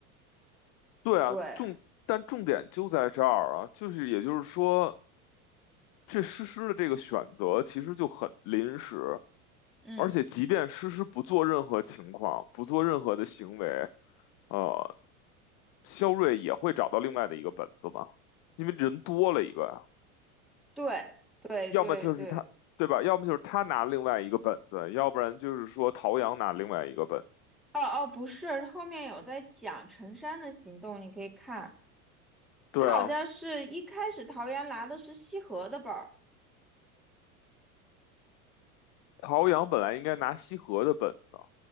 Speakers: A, on the left; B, in the centre.
A: 对啊，
B: 对，
A: 重但重点就在这儿啊，就是也就是说。这诗诗的这个选择其实就很临时，
B: 嗯，
A: 而且即便诗诗不做任何情况，不做任何的行为，呃，肖瑞也会找到另外的一个本子吧？因为人多了一个呀，
B: 对，对对对，
A: 要么就是他，对吧？要么就是他拿另外一个本子，要不然就是说陶阳拿另外一个本子。
B: 哦哦，不是，后面有在讲陈山的行动，你可以看。
A: 对啊，
B: 他好像是一开始桃园拿的是西河的本儿，
A: 陶阳本来应该拿西河的本子啊。